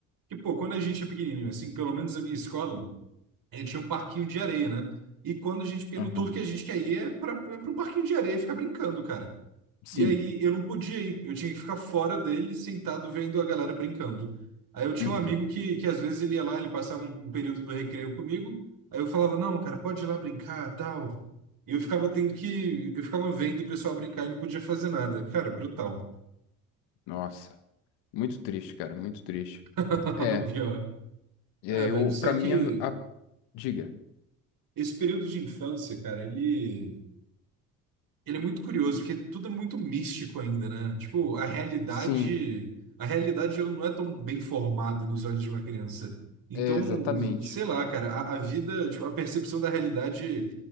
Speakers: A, on the right; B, on the left.
A: Que, pô, quando a gente é pequenininho, assim, pelo menos na minha escola, eh, tinha um parquinho de areia, né? E quando a gente é pequeno,
B: Aham.
A: tudo que a gente quer ir é pra, é pro parquinho de areia e ficar brincando, cara.
B: Sim.
A: E aí eu não podia ir, eu tinha que ficar fora dele, sentado vendo a galera brincando. Aí eu tinha
B: Uhum.
A: um amigo que, que às vezes ele ia lá, ele passava um, um período do recreio comigo, aí eu falava, não, cara, pode ir lá brincar, tal. E eu ficava tendo que, eu ficava vendo o pessoal brincar e não podia fazer nada. Cara, brutal.
B: Nossa. Muito triste, cara. Muito triste.
A: <laughs>
B: É.
A: Pior.
B: É,
A: Ah, velho,
B: eu,
A: só
B: para
A: que
B: mim, a... a- Diga.
A: esse período de infância, cara, ele ele é muito curioso, porque tudo é muito místico ainda, né? Tipo, a realidade,
B: Sim.
A: a realidade ela não é tão bem formada nos olhos de uma criança. Então,
B: É, exatamente.
A: sei lá, cara, a, a vida, tipo, a percepção da realidade